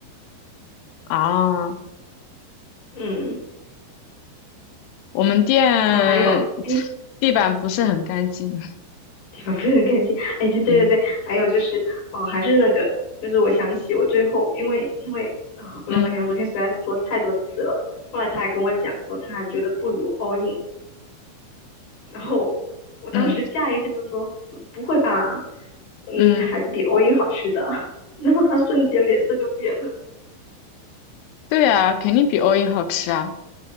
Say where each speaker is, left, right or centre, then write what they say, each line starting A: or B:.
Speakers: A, on the left; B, on the left.
A: 啊，
B: 嗯，
A: 我们店
B: 哦，还有啊，哎
A: 地板不是很干净。
B: 啊，地方不是很干净。哎，对对对，
A: 嗯
B: 还有就是，哦，还是那个，就是我想起我最后，因为因为啊、我老板娘昨天实在说太多次了，
A: 嗯
B: 后来她还跟我讲说，她还觉得不如 all in，然后我当时下意识就说，
A: 嗯
B: 嗯不会吧，嗯，
A: 嗯，
B: 还是比 all in 好吃的。<laughs> 然后她瞬间脸色就变了。
A: 对啊，肯定比欧印好吃啊。